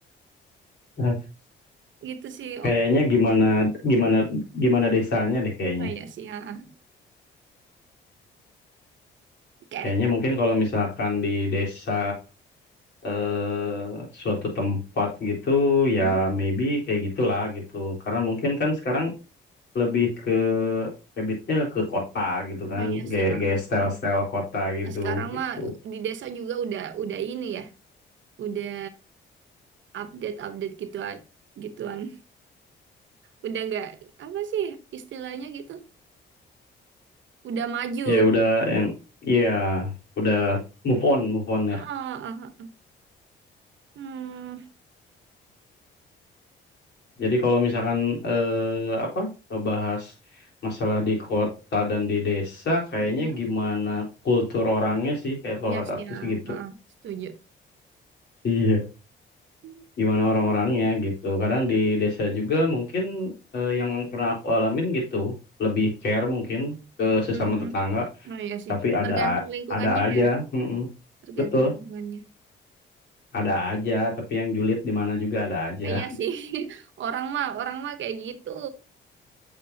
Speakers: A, on the left; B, on the right.
A: <laughs>
B: Gitu sih.
A: Kayaknya
B: Oh,
A: gimana gimana gimana desanya deh kayaknya.
B: oh iya sih. ah, ah. Oke.
A: Kayaknya mungkin kalau misalkan di desa eh, suatu tempat gitu
B: Mhm.
A: ya maybe kayak gitulah gitu. Karena mungkin kan sekarang lebih ke habitnya ke kota gitu kan.
B: Oh iya
A: Kayak
B: sih. ah,
A: kayak
B: ah,
A: style-style
B: ah.
A: kota gitu
B: Nah, sekarang
A: gitu.
B: mah di desa juga udah udah ini ya, udah update-update gitu gituan. Udah nggak apa sih istilahnya gitu? Udah maju.
A: Ya udah yang iya udah move on move on
B: Ah,
A: ya.
B: ah, ah. Hmm.
A: Jadi kalau misalkan eh, apa bahas masalah di kota dan di desa, kayaknya
B: Mhm.
A: gimana kultur orangnya sih, kayak kalau
B: Iya
A: kata
B: sih.
A: aku
B: ah,
A: sih gitu.
B: ah, ah. Setuju.
A: Iya.
B: Hmm.
A: Gimana orang-orangnya gitu. Kadang di desa juga mungkin eh, yang pernah aku alamin gitu, lebih care mungkin ke
B: Hmm.
A: sesama
B: hmm.
A: tetangga,
B: Oh iya sih,
A: tapi ada
B: tergantung
A: a-
B: lingkungannya
A: ada aja,
B: ya.
A: mm-mm.
B: tergantung
A: Betul,
B: hubungannya.
A: ada aja, tapi yang julid di mana juga ada aja.
B: Ah, iya sih, <laughs> orang mah orang mah kayak gitu,